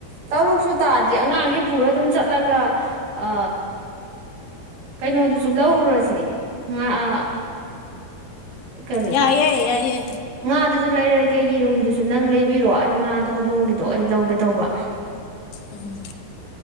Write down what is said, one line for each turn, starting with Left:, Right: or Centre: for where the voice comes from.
Right: ꯇꯔꯨꯛꯁꯨ ꯇꯥꯗ꯭ꯔꯤ ꯑꯉꯥꯡꯁꯡꯖ‌ꯦ ꯄꯨꯔ ꯑꯗꯨꯝ ꯆꯠꯂꯒ ꯑ ꯀꯩꯅꯣꯗꯨꯁꯨ ꯂꯧꯔꯨꯔꯁꯦ ꯉ ꯑ ꯀꯔꯤ
Left: ꯌꯥꯏꯌꯦ ꯌꯥꯏꯌꯦ
Right: ꯉꯥꯗꯨꯁꯨ ꯂꯩꯔꯒꯦ ꯌꯦꯔꯨꯝꯗꯨꯁꯨ ꯅꯪ ꯂꯩꯕꯤꯔꯣ ꯑꯩ ꯉꯥꯗꯣ ꯍꯧꯗꯣꯡꯒꯤꯗꯣ ꯑꯩ ꯂꯧꯒꯦ ꯇꯧꯕ
Left: ꯎꯝ